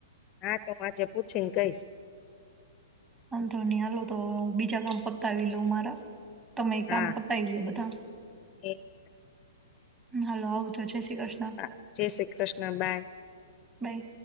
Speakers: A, on the left; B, on the right.
A: હા તો હું આજે પૂછી ને કઈશ
B: વાંધો ની હાલો તો હવે હું બીજા કામ પતાવી લઉં મારા. તમે
A: હા
B: કામ પતાય લો બધા
A: <unintelligible>
B: હાલો આવજો જય શ્રી કૃષ્ણ
A: હા જય શ્રી કૃષ્ણ. બાય.
B: બાઈ